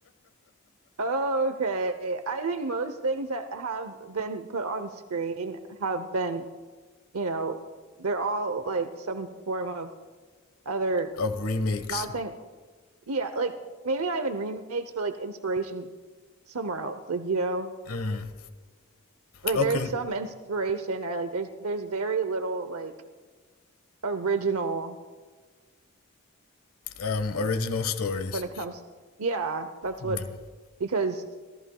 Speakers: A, on the right (about 80°); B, on the left (about 85°).
A: Okay. I think most things that have been put on screen have been you know, they're all like some form of other,
B: Of remakes.
A: not saying, yeah, like maybe not even remakes, but like inspiration somewhere else. Like, you know,
B: Mm.
A: like
B: Okay.
A: there's some inspiration or like there's there's very little like original
B: Um, original stories
A: when it comes, yeah, that's
B: mm.
A: what because